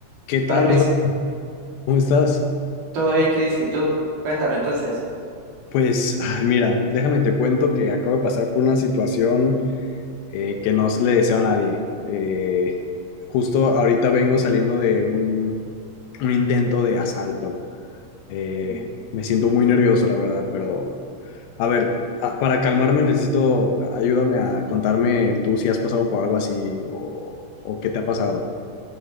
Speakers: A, on the left (about 80°); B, on the right (about 65°).
A: ¿Qué tal,
B: Hola Chris,
A: Osvaldo? ¿Cómo estás?
B: ¿todo bien Chris? ¿Y tú? Cuéntame entonces.
A: Pues, ay, mira, déjame te cuento que acabo de pasar por una situación eh, que no le deseo a nadie. Eh, justo ahorita vengo saliendo de un, un intento de asalto. Eh,
B: Mm,
A: me siento muy nervioso, la verdad, pero a ver, a- para calmarme necesito, ayúdame a contarme tú si has pasado por algo así o, o qué te ha pasado.